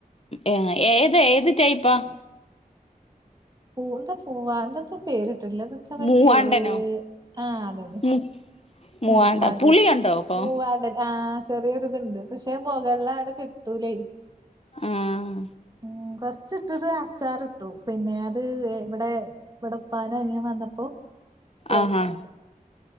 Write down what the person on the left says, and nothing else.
ഏ ഏതാ ഏത് ടൈപ്പാ?
മൂവാണ്ടനോ
മു മൂവാണ്ട
പുളിയുണ്ടോ അപ്പൊ
ആഹ്
ആഹാ